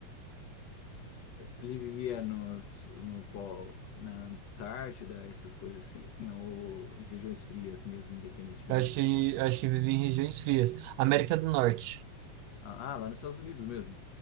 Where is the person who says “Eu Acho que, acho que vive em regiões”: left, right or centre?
Right